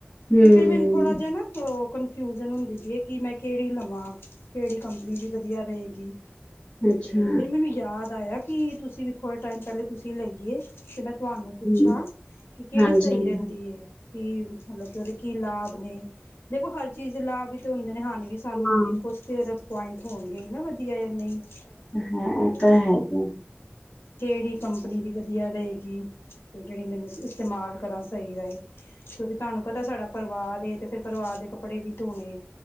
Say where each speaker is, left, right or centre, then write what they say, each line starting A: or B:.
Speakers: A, on the left; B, on the left.
A: ਹੂੰ,
B: ਤੇ ਫਿਰ ਮੈਨੂੰ ਥੋੜਾ ਜਿਹਾ ਨਾ ਕਨਫਿਊਜ਼ਨ ਹੁੰਦੀ ਸੀ, ਕਿ ਮੈਂ ਕਿਹੜੀ ਲਵਾਂ, ਕਿਹੜੀ ਕੰਪਨੀ ਦੀ ਵਧੀਆ ਰਹੇਗੀ?
A: ਅੱਛਾ-ਅੱਛਾ,
B: ਤੇ ਫਿਰ ਮੈਨੂੰ ਯਾਦ ਆਇਆ ਕਿ ਤੁਸੀਂ ਵੀ ਥੋੜ੍ਹੇ ਟਾਈਮ ਪਹਿਲੇ ਤੁਸੀਂ ਲਈਏ। ਤੇ ਮੈਂ ਤੁਹਾਨੂੰ ਪੁੱਛਾਂ
A: ਹੂੰ,
B: ਕਿ ਕਿਹੜੀ
A: ਹਾਂਜੀ-ਹਾਂਜੀ,
B: ਸਹੀ ਰਹਿੰਦੀ? ਕਿ ਮਤਲਬ ਕਿ ਉਹਦੇ ਕੀ ਲਾਭ? ਆਪਣੇ, ਦੇਖੋ ਹਰ ਚੀਜ਼ ਲਾਭ ਵੀ ਤੇ ਹੁੰਦੇ ਨੇ, ਹਾਨੀ ਵੀ ਸਾਨੂੰ
A: ਹਾਂ।
B: ਹੁੰਦੀ ਕੁਛ ਤੇ ਉਹਦੇ ਪੁਆਇੰਟ ਹੋਣਗੇ ਹੀ ਨਾ, ਵਧੀਆ ਜਾਂ ਨਹੀਂ
A: ਹਾਂ
B: ਤੇ
A: ਇਹ ਤਾਂ ਹੈ ਹੀ ਐ।
B: ਕਿਹੜੀ ਕੰਪਨੀ ਦੀ ਵਧੀਆ ਰਹੇਗੀ ਤੇ ਜਿਹੜੀ ਮੈਨੂੰ ਇਸਤੇਮਾਲ ਕਰਾਂ ਸਹੀ ਰਹੇ? ਕਿਉਂਕਿ ਤੁਹਾਨੂੰ ਪਤਾ ਸਾਡਾ ਪਰਿਵਾਰ ਏ, ਤੇ ਫਿਰ ਪਰਿਵਾਰ ਦੇ ਕੱਪੜੇ ਵੀ ਧੋਣੇ